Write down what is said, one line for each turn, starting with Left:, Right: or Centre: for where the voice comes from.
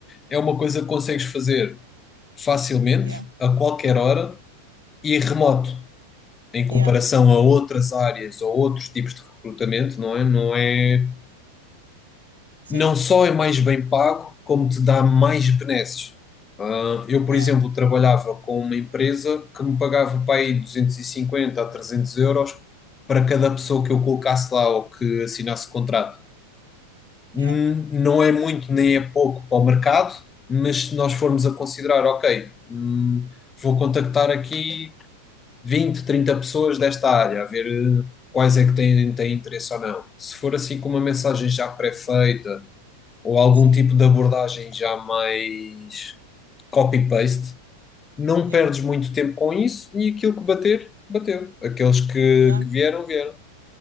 Left: é uma coisa que consegues fazer facilmente,
Right: yeah,
Left: a qualquer hora e remoto, em comparação
Right: yeah.
Left: a outras áreas ou outros tipos de recrutamento, não é? Não é
Right: Sim,
Left: não só é mais bem pago, como te dá mais benesses. Ah, eu, por
Right: yeah,
Left: exemplo, trabalhava com uma empresa que me pagava para aí 250 a 300 euros para cada pessoa que eu colocasse lá ou que assinasse contrato.
Right: yeah,
Left: Hum, Não é muito nem é pouco para o mercado, mas se nós formos a considerar, ok, hum, vou contactar aqui 20, 30 pessoas desta área, a ver eh, quais é que têm, têm interesse ou não. Se for assim com uma mensagem já pré-feita, ou algum
Right: sim,
Left: tipo de abordagem já mais copy-paste, não
Right: yeah,
Left: perdes muito tempo com isso e aquilo que bater, bateu. Aqueles que,
Right: yeah.
Left: que vieram, vieram.